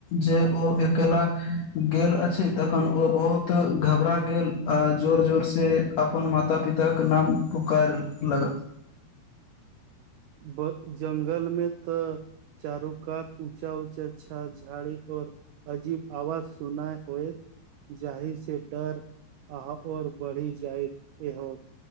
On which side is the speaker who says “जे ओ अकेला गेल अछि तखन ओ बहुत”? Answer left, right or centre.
Left